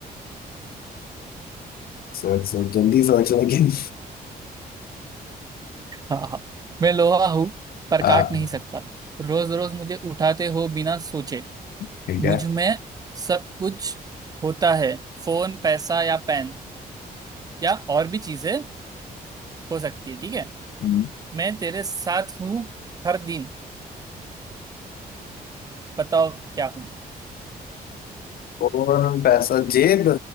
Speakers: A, on the left; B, on the right.
A: सोच सोच जल्दी सोच लेकिन
B: हाँ हाँ। मैं लोहा हूँ पर
A: हाँ
B: काट नहीं सकता रोज रोज मुझे उठाते हो बिना सोचे
A: ठीक
B: मुझ
A: है
B: में सब कुछ होता है फोन पैसा या पेन या और भी चीजें हो सकती है ठीक है
A: हम्म,
B: मैं तेरे साथ हूँ हर दिन बताओ क्या हूँ
A: और पैसा जेब